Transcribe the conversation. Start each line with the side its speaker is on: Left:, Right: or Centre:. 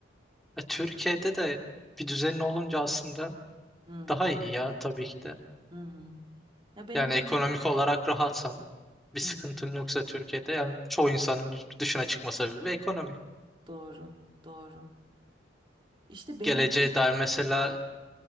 Centre: E, Türkiye'de de bir düzenin olunca aslında
Right: Hı hı.
Centre: daha iyi ya tabii ki de.
Right: Hı hı. Ya benim
Centre: Yani
Right: için
Centre: ekonomik olarak rahatsan bir sıkıntın
Right: hı hı.
Centre: yoksa Türkiye'de yani çoğu insanın yurt dışına çıkma sebebi ekonomi.
Right: Doğru, doğru. İşte benim
Centre: Geleceğe
Right: için
Centre: dair mesela